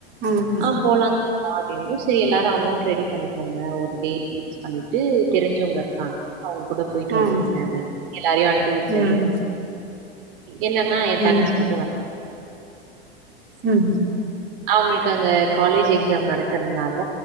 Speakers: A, on the right (about 35°); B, on the right (about 55°).
A: ம் ம்
B: ஆ போலாங் அப்டினுசரி எல்லாரு அமௌண்ட் ரெடி பண்ணிக்கோங்க ஒரு டேட் பிக்ஸ் பண்ணிட்டு தெரிஞ்சவங்க இருக்காங்க அவுங்க கூட போயிட்டு
A: ம்
B: வந்தருங்க அப்டி எல்லாரையு அனுப்பி விட்டாரு
A: ம்
B: என்னன்னா ஏ
A: ம்
B: தங்கச்சி
A: ம்
B: மட்டு வரல
A: ம்
B: அவுங்களுக்கு அங்க காலேஜ் எக்ஸாம் நடக்கறதுனால